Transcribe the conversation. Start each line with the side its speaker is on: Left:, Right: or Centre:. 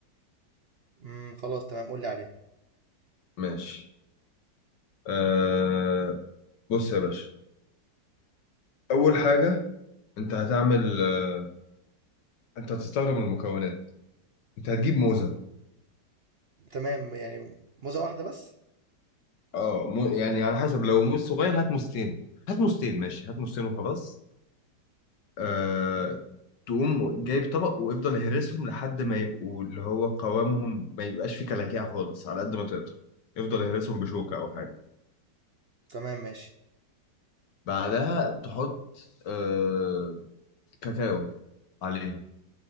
Right: امم خلاص تمام قول لي عليها
Left: ماشي أه بص يا باشا أول حاجة أنت هتعمل أه أنت هتستغرب من المكونات أنت هتجيب موزة
Right: تمام يعني موزة واحدة بس
Left: أه مو... يعني على حسب لو موز صغير هات موزتين هات موزتين ماشي هات موزتين وخلاص آه، تقوم جايب طبق ويفضل يهرسهم لحد ما يبقوا اللي هو قوامهم ما يبقاش فيه كلاكيع خالص على قد ما تقدر يفضل يهرسهم بشوكة أو حاجة
Right: تمام ماشي
Left: بعدها تحط آه، كاكاو عليه